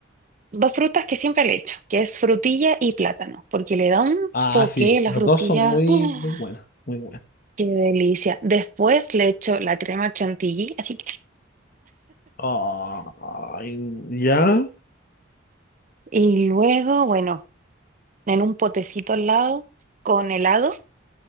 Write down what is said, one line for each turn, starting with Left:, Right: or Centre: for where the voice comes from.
Right: dos frutas que siempre le echo, que es frutilla y plátano, porque le da un
Left: Ah,
Right: toque
Left: sí.
Right: la
Left: Los
Right: frutilla.
Left: dos son muy,
Right: <gasps> ¡ah!
Left: muy buenos. Muy buenos.
Right: Qué delicia. Después le echo la crema chantilly, así.
Left: Ay, ya,
Right: Y luego, bueno, en un potecito al lado, con helado,